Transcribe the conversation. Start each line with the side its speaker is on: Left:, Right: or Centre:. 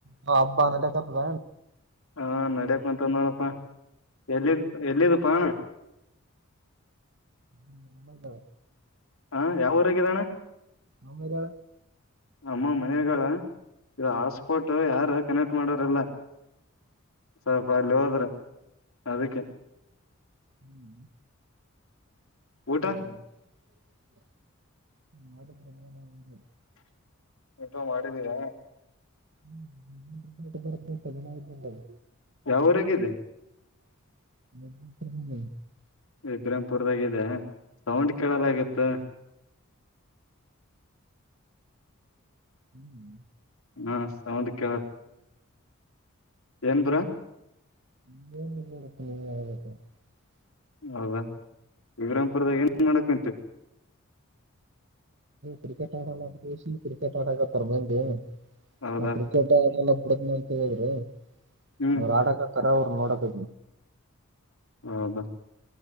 Right: ಹ ಅಬ್ಬಾ ನಡೆ ಕಥದ
Left: ಹಾ ನಡ್ಯಕ್ ಕುಂತದ ನೋಡಪ್ಪಾ ಎಲ್ಲಿ ಎಲ್ಲಿದ್ದಪ್ಪಾ
Right: ಹ್ಮ ನಮ್ಮ
Left: ಹ ಯಾವಊರಾಗಿದೆ ಅಣ್ಣ
Right: ನಮ್ಮಿದ
Left: ನಮ್ಮ ಮನಾಗಾಲ ಈ ಹಾಸ್ಪೋರ್ಟ್ ಯಾರು ಕನೆಕ್ಟ್ ಮಾಡೋರಿಲ್ಲ ಸ್ವಲ್ಪ ಅಲ್ಲೆ ಹೋದ್ರೆ ಬಿಟ್ರೆ
Right: ಹ್ಮ್ ಹ್ಮ್
Left: ಊಟ
Right: ಮಾಡಿದ್ <unintelligible>
Left: ಊಟ ಮಾಡಿದೀರಾ
Right: ಹ್ಮ್ <unintelligible> ಇನ್ ಐದು ದಿನದಲಿ
Left: ಯಾವೂರಾಗಿದೆ
Right: <unintelligible>
Left: <unintelligible> ಸೌಂಡ್ ಕೇಳದಗಿತು
Right: ಹ್ಮ್
Left: ಹಾ ಸೌಂಡ್ ಕೆಲ್ಸ ದ್ರ
Right: <unintelligible>
Left: ಹೌದ ವಿಕ್ರಾಮಪುರದ ಏನ್ ಮಾಡಕ್ ಹೊಂಟೆ
Right: ಕ್ರಿಕೆಟ್ ಆಡಲ್ಲ <inaudible> ಕ್ರಿಕೆಟ್ ಆಡಕ <unintelligible>
Left: ಹೌದಾ
Right: ಹ ಕ್ರಿಕೆಟ್ ಆಡಲ್ಲ ಕುಡದನ್ನ ಅಂತ ಹೇಳಿದ್ರು
Left: ಹ್ಮ್
Right: ಅವರ ಆಡಗಾ ಅತ್ತರ ಅವ್ರು ನೋಡಕ್
Left: ಹೌದ